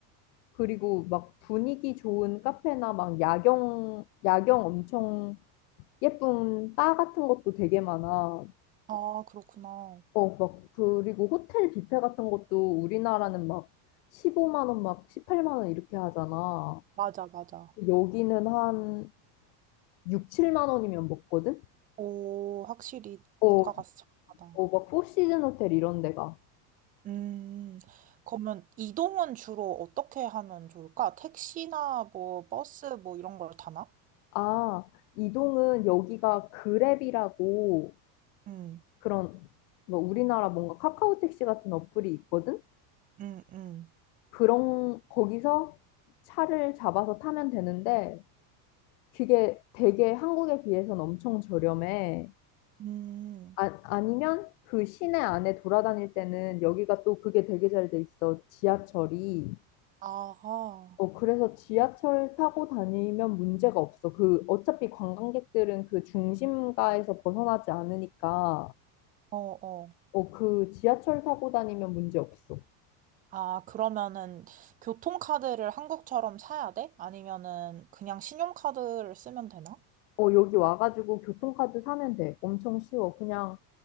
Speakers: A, on the left; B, on the right.
A: 그리고 막 분위기 좋은 카페나 막 야경, 야경 엄청 예쁜 바 같은 것도 되게 많아.
B: 아, 그렇구나.
A: 어, 막, 그리고 호텔 뷔페 같은 것도 우리나라는 막 15만 원, 막 18만 원 이렇게 하잖아.
B: 맞아, 맞아.
A: 여기는 한 6, 7만 원이면 먹거든?
B: 오, 확실히
A: 어,
B: 물가가 싸다.
A: 어, 막 포시즌 호텔 이런 데가.
B: 음, 그러면 이동은 주로 어떻게 하면 좋을까? 택시나 뭐 버스 뭐 이런 걸 타나?
A: 아, 이동은 여기가 그랩이라고
B: 음,
A: 그런 뭐 우리나라 뭔가 카카오 택시 같은 어플이 있거든?
B: 음, 음,
A: 그런 거기서 차를 잡아서 타면 되는데 그게 되게 한국에 비해서는 엄청 저렴해.
B: 음.
A: 아, 아니면 그 시내 안에 돌아다닐 때는 여기가 또 그게 되게 잘 돼 있어. 지하철이.
B: 아하.
A: 어, 그래서 지하철 타고 다니면 문제가 없어. 그 어차피 관광객들은 그 중심가에서 벗어나지 않으니까
B: 어, 어.
A: 어, 그 지하철 타고 다니면 문제 없어.
B: 아, 그러면은 교통카드를 한국처럼 사야 돼? 아니면은 그냥 신용카드를 쓰면 되나?
A: 어, 여기 와가지고 교통카드 사면 돼. 엄청 쉬워. 그냥